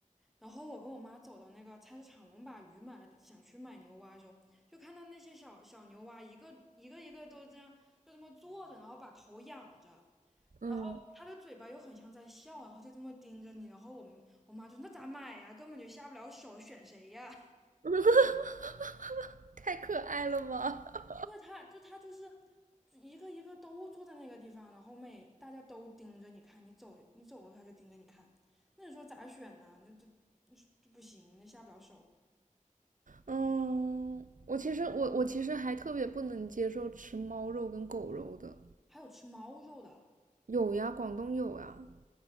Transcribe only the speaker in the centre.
然后我跟我妈走到那个菜市场，我们把鱼买了，想去买牛蛙的时候，就看到那些小小牛蛙，一个一个一个都这样，就这么坐着，然后把头仰着，
然后它的嘴巴又很像在笑，然后就这么盯着你。然后我们我妈就那咋买呀？根本就下不了手，选谁呀？
<laughs> 因为它就它就是一个一个都坐在那个地方，然后每大家都盯着你看，你走你走过去它就盯着你看，那你说咋选呢？那这这不行，那下不了手。
还有吃猫肉的。